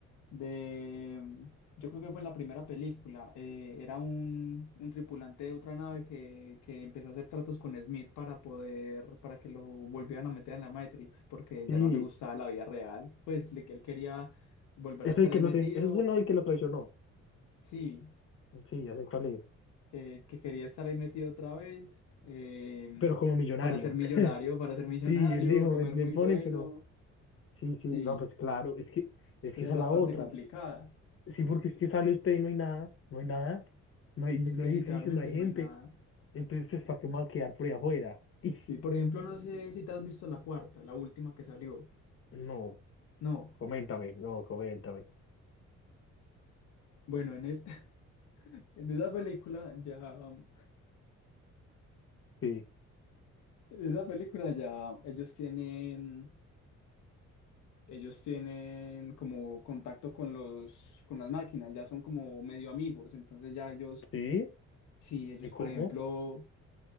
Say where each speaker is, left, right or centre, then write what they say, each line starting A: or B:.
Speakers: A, on the left (about 75°); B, on the left (about 45°).
A: de, mm, yo creo que fue en la primera película, eh, era un, un tripulante de otra nave que, que empezó a hacer tratos con Smith para poder, para que lo volvieran a meter en la Matrix, porque
B: sí,
A: ya no le gustaba la vida real, pues le- que él quería volver
B: es
A: a estar
B: el que
A: ahí metido.
B: los, ese es uno del que lo traicionó.
A: Sí,
B: Sí, ya sé cuál es,
A: eh, que quería estar ahí metido otra vez, eh,
B: pero como millonario.
A: para ser millonario,
B: <laughs>
A: para ser millonario,
B: Sí, él dijo,
A: comer
B: me, me
A: muy
B: ponen,
A: bueno.
B: pero, sí, sí, no,
A: Sí,
B: pues claro, es que,
A: es
B: es
A: que
B: que
A: esa
B: esa
A: es
B: es
A: la
B: la
A: parte
B: otra.
A: complicada.
B: Sí, porque es que sale usted y no hay nada, no hay nada, no hay, no
A: Es que
B: hay
A: literalmente
B: edificios, no hay gente,
A: no hay nada.
B: entonces, ¿para qué me va a quedar por ahí afuera? Y,
A: Sí, por ejemplo, no sé si te has visto la cuarta, la última que salió.
B: no.
A: No.
B: Coméntame, no, coméntame.
A: Bueno, en esta, <laughs> en esa película ya, en
B: Sí,
A: esa película ya ellos tienen, ellos tienen como contacto con los, con las máquinas, ya son como medio amigos, entonces ya ellos,
B: sí,
A: si ellos,
B: ¿y cómo?
A: por ejemplo,